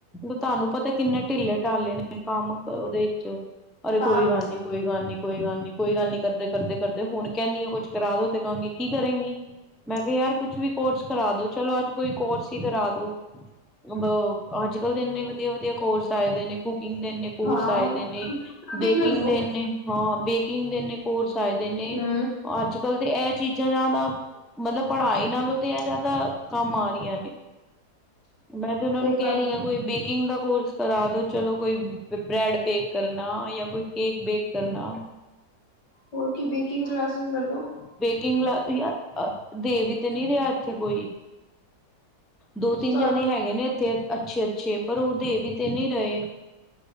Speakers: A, in the centre; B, on the left (about 75°).
A: ਤੁਹਾਨੂੰ ਪਤਾ ਕਿੰਨੇ ਟਿੱਲੇ-ਟਾਲੇ ਨੇ ਕੰਮ ਉਹਦੇ ਵਿੱਚ ਅਰੇ ਕੋਈ
B: ਹਾਂ
A: ਗੱਲ ਨੀ, ਕੋਈ ਗੱਲ ਨੀ, ਕੋਈ ਗੱਲ ਨੀ। ਕੋਈ ਗੱਲ ਨੀ ਕਰਦੇ, ਕਰਦੇ, ਕਰਦੇ ਹੁਣ ਕਹਿੰਨੀ ਆ ਕੁੱਛ ਕਰਾ ਦੋ ਤੇ ਕਹਾਂਗੇ ਕੀ ਕਰੇਗੀ? ਮੈਂ ਕਿਹਾ, ਯਾਰ, ਕੁਛ ਵੀ ਕੋਰਸ ਕਰਾ ਦੋ, ਚਲੋ ਅੱਜ ਕੋਈ ਕੋਰਸ ਹੀ ਕਰਾ ਦੋ। ਅ ਬ ਅੱਜ-ਕੱਲ ਦੇ ਇੰਨੇ ਵਧੀਆ-ਵਧੀਆ ਕੋਰਸ ਆਏ ਦੇ ਨੇ, ਕੁਕਿੰਗ ਦੇ ਇੰਨੇ ਕੋਰਸ
B: ਹਾਂ
A: ਆਏ ਦੇ ਨੇ,
B: ਕਦੇ
A: ਬੇਕਿੰਗ
B: ਹੀ ਲੈਲੋ
A: ਦੇ ਐਨੇ। ਹਾਂ ਬੇਕਿੰਗ ਦੇ ਏਨੇ ਕੋਰਸ ਆਏ ਦੇ ਨੇ,
B: ਹਮ
A: ਅੱਜ-ਕੱਲ ਤੇ ਐ ਚੀਜ਼ਾਂ ਜਾਦਾ ਮਤਲਬ ਪੜਾਈ ਨਾਲੋਂ ਤੇ ਐ ਜਾਦਾ ਕੰਮ ਆ ਰੀਆਂ ਨੇ। ਮੈਂ ਤੇ ਓਨਾਂ
B: ਸਹੀ
A: ਨੂੰ ਕੈ
B: ਗੱਲ
A: ਰੀ
B: ਏ
A: ਆਂ ਕੋਈ ਬੇ ਕਿੰਗ ਦਾ ਕੋਰਸ ਕਰਾ ਦੋ ਚਲੋ ਕੋਈ ਬੈ ਬ੍ਰੈਡ ਬੇਕ ਕਰਨਾ ਯਾਂ ਕੋਈ ਕੇਕ ਬੇਕ ਕਰਨਾ।
B: ਹੋਰ ਕੀ ਬੇਕਿੰਗ ਕਲਾਸਿਜ਼ ਲੈ ਲੋ।
A: ਕਿੰਗ ਕਲਾਸ ਯਾਰ ਅ ਦੇ ਵੀ ਤੇ ਨੀ ਰਿਆ ਏਥੇ ਕੋਈ। ਦੋ
B: ਉਹ ਚ
A: ਤਿੰਨ
B: ਤੁਹਾਨੂੰ
A: ਜਾਨੇ ਹੈਗੇ ਨੇ ਏਥੇ ਅੱਛੇ-ਅੱਛੇ ਪਰ ਓ ਦੇ ਵੀ ਤੇ ਨੀ ਰਏ।